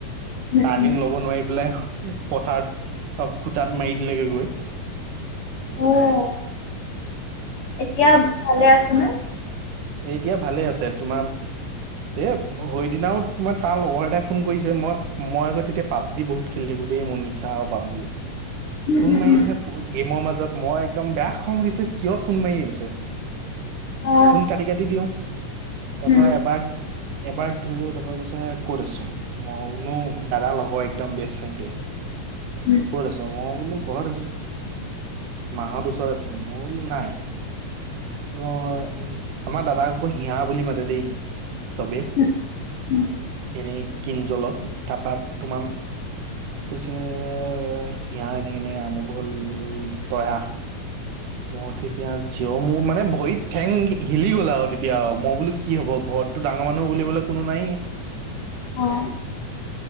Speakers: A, on the left; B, on the right.
A: উম
B: টাৰ্ণিং
A: উম
B: ল'ব নোৱাৰি পেলাই <unintelligible> পথাৰত অ! খুটাত মাৰি দিলেগে গৈ। <unintelligible>
A: উম <inaudible> এতিয়া ভালে আছে নে? <inaudible>
B: এতিয়া ভালে আছে তোমাৰ <unintelligible> এ সেইদিনাও তোমাৰ তাৰ লগৰ এটাই ফোন কৰিছে মই-মই আকৌ তেতিয়া পাবজি বহুত <unintelligible> খেলি থাকোঁ দেই মোৰ নিচা পাবজি <inaudible>
A: উম
B: ফোন
A: উম
B: মাৰি
A: উম
B: আছে গেমৰ মাজত মই একদম বেয়া খং উঠিছে কিয় ফোন মাৰি আছে। <unintelligible>
A: অ
B: ফোন কাটি-কাটি দিওঁ তাৰ
A: উম
B: পৰা এবাৰ-এবাৰ ধৰিলো তাৰপা কৈছে ক'ত আছোঁ। <inaudible> মই বোলো দাদাৰ লগৰ একদম বেষ্ট ফ্ৰেণ্ডে
A: উম
B: ক'ত আছো <inaudible> মই বোলো ঘৰত আছোঁ। <inaudible> মাহঁত ওচৰত আছে নি? মই বোলো নাই। <inaudible> আমাৰ দাদাক আকৌ হিয়া বুলি মাতে দেই চবে।
A: উম উম
B: এনেই <unintelligible> কিনজলক তাৰপা তোমাৰ <inaudible> কৈছে হিয়াৰ এনেকে-এনেকে আমোক হ'ল ত‌ই আহ। <inaudible> মইতো এতিয়া জিৱ মোৰ মানে ভৰিত ঠেং হিলি গ'ল আৰু তেতিয়া মই বোলো কি হ'ব ঘৰত? <inaudible> তটো ডাঙৰ মানুহ বুলিবলৈ কোনো নাইয়েই। <unintelligible>
A: হয় <unintelligible>